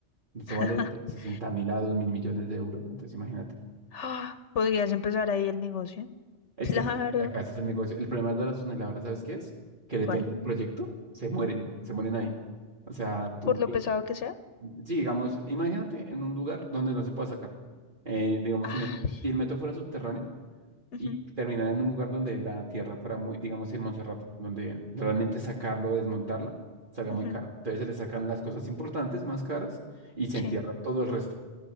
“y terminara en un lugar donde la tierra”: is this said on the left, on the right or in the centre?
Right